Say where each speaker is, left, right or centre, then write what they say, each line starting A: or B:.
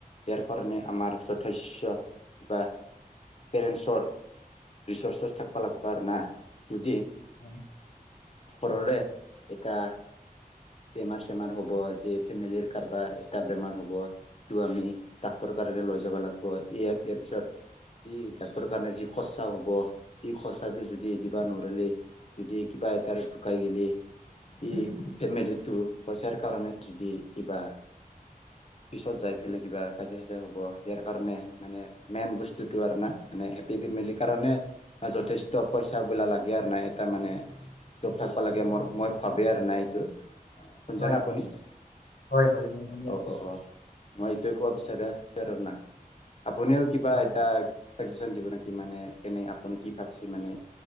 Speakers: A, on the left; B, on the left.
A: ইয়াৰ কাৰণে আমাৰ যথেষ্ট কিবা পেৰেণ্ৰ। ৰিচৰ্চছ থাকবা লাগিবা আৰু না যদি।
B: হয়
A: শৰৰৰে এটা। বেমাৰ চেমাৰ হ'ব য ফেমিলিৰ কাৰোবাৰ এটা বেমাৰ হ'ব। তটো আমি ডাক্তৰৰ কাৰণে লৈ যাব লাগিব ইয় ইয়াৰ পিছত। যি ডাক্টৰৰ কাৰণে যি খৰচা হব এই খৰচাটো যদি দিবা নোৱাৰলেে যদিা। বাইটাৰ দুুকাই গেলে ত ফেমিলত। টো পইচাৰ কাৰণে যদি কিবা। পিছত যাই পেলাই কিবা কাজা চাজা হ'ব ইয়াৰ কাৰণে মানে মেইন বস্তুতো আৰু না। ম হেপ্পী ফেমিলি কাৰণে যথেষ্ট পইচাাবলা লাগে আৰু নাই এটা মানে। জপ থাকিব লাগে মোৰ মই ভাবেই আৰু নাই এইটো। শুনিছানে
B: হয়
A: আপুনি
B: হয় হয় হয় মই শুনি
A: অ'
B: আছো
A: অ' অ' মই এইটোৱে ক'ব বিচাৰে। বিচাৰো না আপুনিও কিবা
B: হয়
A: এটা চাজেচন দিব নেকি। কি মানে কেনে আপুনি কি ভাবছে মানে।